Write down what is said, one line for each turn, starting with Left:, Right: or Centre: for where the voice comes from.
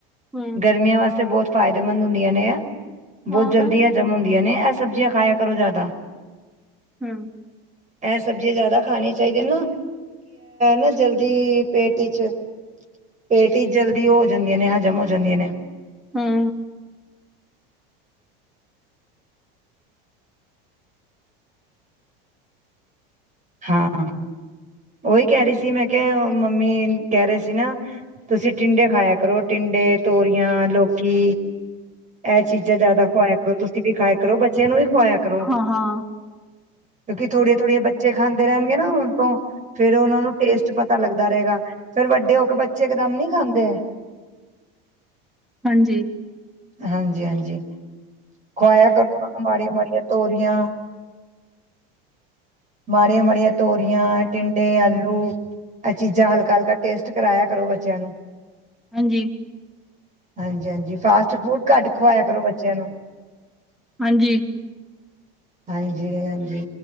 Centre: ਹੂੰ
Right: ਗਰਮੀਆਂ ਵਾਸਤੇ ਬਹੁਤ ਫਾਇਦੇਮੰਦ ਹੁੰਦੀਆਂ ਐ, ਬਹੁਤ
Centre: ਹਾਂ
Right: ਜਲਦੀ
Centre: ਹਾਂ
Right: ਹਜ਼ਮ ਹੁੰਦੀਆਂ ਐ। ਸਬਜ਼ੀਆਂ ਖਾਇਆ ਕਰੋ ਜ਼ਿਆਦਾ
Centre: ਹੂੰ
Right: ਇਹ ਸਬਜ਼ੀਆਂ
Centre: ਹੂੰ।
Right: ਜ਼ਿਆਦਾ ਖਾਣੀਆਂ ਚਾਹੀਦੀਆਂ ਨਾ। ਨਾ ਜਲਦੀ ਪੇਟ 'ਚ ਪੇਟ ਵਿਚ ਜਲਦੀ ਉਹ ਹੋ ਜਾਂਦੀਆਂ ਨੇ ਹਜ਼ਮ ਹੋ ਜਾਂਦੀਆਂ ਨੇ।
Centre: ਹਾਂ
Right: ਹਾਂ ਉਹੀ ਕਹਿ ਰਹੀ ਸੀ ਮੈਂ ਕਿਹਾ ਮੰਮੀ ਕਹਿ ਰਹੇ ਸੀ ਨਾ ਤੁਸੀਂ ਟਿੰਡੇ ਖਾਇਆ ਕਰੋ ਟਿੰਡੇ ਤੋਰੀਆਂ ਲੋਕ ਕੀ ਇਹ ਚੀਜ਼ਾਂ ਜਿਆਦਾ ਖਵਾਇਆ ਕਰੋ ਤੁਸੀਂ ਵੀ ਖਾਇਆ ਕਰੋ ਬੱਚਿਆਂ ਨੂੰ ਵੀ ਖਵਾਇਆ ਕਰੋ
Centre: ਹਾਂ -ਹਾਂ
Right: ਕਿਉਂਕਿ ਥੋੜੀਆਂ- ਥੋੜੀਆਂ ਬ ਬੱਚੇ ਖਾਂਦੇ ਰਹਿਣਗੇ ਨਾ ਹੁਣ ਤੋਂ ਫ਼ੇਰ ਉਹਨਾ ਨੂੰ ਟੇਸਟ ਪਤਾ ਲੱਗਦਾ ਰਹੇਗਾ ਫੇਰ ਵੱਡੇ ਹੋ ਕੇ ਬੱਚੇ ਇਕਦਮ ਨੀ ਖਾਂਦੇ।
Centre: ਹਾਂਜੀ
Right: ਹਾਂਜੀ -ਹਾਂਜੀ ਖੁਕਆਇਆ ਕਰੋ। ਮਾੜੀਆਂ ਮਾੜੀਆਂ ਤੋਰੀਆਂ ਮਾੜੀਆਂ ਮਾੜੀਆਂ ਤੋਰੀਆਂ, ਟਿੰਡੇ, ਆਲੂ ਇਹ ਚੀਜ਼ਾਂ ਹਲਕਾ ਹਲਕਾ ਟੇਸਟ ਕਰਾਇਆ ਕਰੋ ਬੱਚਿਆਂ ਨੂੰ।
Centre: ਹਾਂਜੀ।
Right: ਹਾਂਜੀ ਹਾਂਜੀ, ਫਾਸਟ ਫੂਡ ਘੱਟ ਖਵਾਇਆ ਕਰੋ ਬੱਚਿਆਂ ਨੂੰ।
Centre: ਹਾਂਜੀ।
Right: ਹਾਂਜੀ ਹਾਂਜੀ।